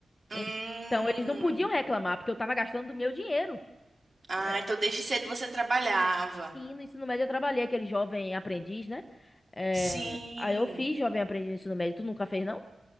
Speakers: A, on the right; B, on the left.
A: Hum.
B: Então eles não podiam reclamar, porque eu tava gastando do meu dinheiro.
A: Ah,
B: É,
A: então desde cedo você trabalhava.
B: Sim, no ensino médio eu trabalhei aquele jovem aprendiz, né? É,
A: Sim.
B: Aí eu fiz jovem aprendiz no ensino médio. Tu nunca fez, não?